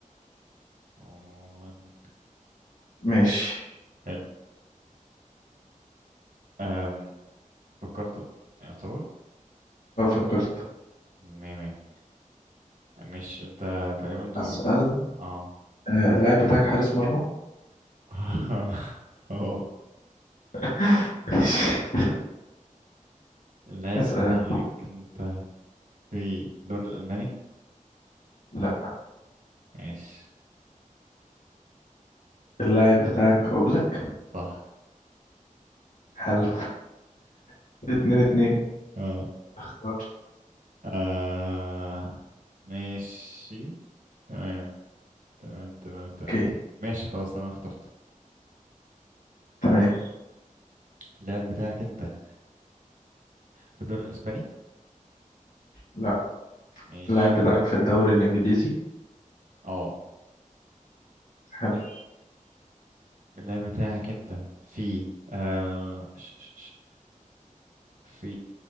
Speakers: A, on the right (about 80°); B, on the left (about 75°).
A: عموماً
B: ماشي
A: حلو أم. فكرت يعتبر
B: اه فكرت
A: مية مية مش انت تقريبا دورك
B: اسأل
A: اه
B: آه اللاعب بتاعك حارس مرمى
A: <laughs> اه
B: <laughs> ماشي
A: اللاعب
B: اسأل
A: بتاعك
B: انت.
A: انت في الدوري الألماني
B: لا
A: ماشي
B: اللاعب بتاعك اوبلك
A: صح
B: حلو <laughs> اتنين اتنين
A: اه
B: اختار
A: آه ماشي تمام تمام تمام
B: اوكي
A: تمام ماشي خلاص تمام اخترت
B: تمام
A: اللاعب بتاعك انت في الدوري الاسباني
B: لا
A: ماشي
B: اللاعب بتاعك في الدوري الانجليزي
A: اه
B: حلو
A: اللاعب بتاعك انت في آه ش ش ش في